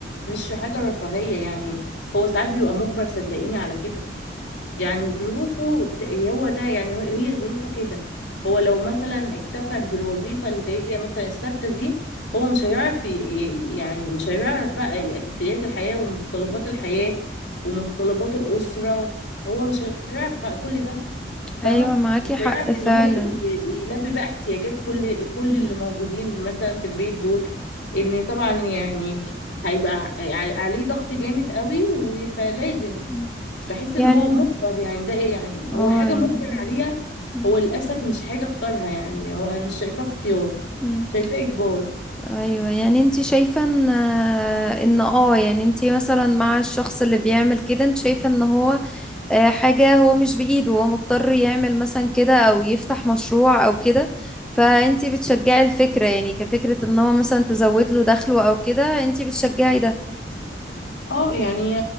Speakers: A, on the left; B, in the centre.
A: مش حاجه رفاهيه يعني هو ساعات بيبقى مجبر صدقيني على كده يعني ظروفه ت- هو ده يعني هي هي ظروفه كده هو لو مثلا اكتفى بالوظيفة اللي هي مثلا الثابتة دي هو مش هيعرف ي- ي- يعني مش هيعرف بقى أساسيات الحياة ومتطلبات الحياة ومتطلبات الأسرة هو مش هيعرف كل ده فاهمة
B: أيوة معاكي
A: مش
B: حق
A: هيعرف
B: فعلا
A: ان هو ي- ي- يلبي بقى احتياجات كل كل
B: م-
A: اللي موجودين مثلا في البيت دول ان طبعا يعني هيبقى ع- عليه ضغط جامد قوي و- فلازم
B: م.
A: بحس ان
B: يعني
A: هو
B: أنت-
A: مجبر يعني ده إيه يعني هو
B: اه
A: حاجه
B: يعني
A: مجبر عليها
B: م.
A: هو للاسف مش حاجه اختارها يعني هو انا مش شايفاه اختيار
B: مم.
A: شايفاه اجبار
B: ايوه يعني انت شايفه ان آه، ان اه يعني انت مثلا مع الشخص اللي بيعمل كده انت شايفه ان هو آه، حاجه هو مش بايده هو مضطر يعمل مثلا كده او يفتح مشروع او كده فانت بتشجعي الفكره يعني كفكره ان هو مثلا تزود له دخله او كده انت بتشجعي ده
A: اه يعني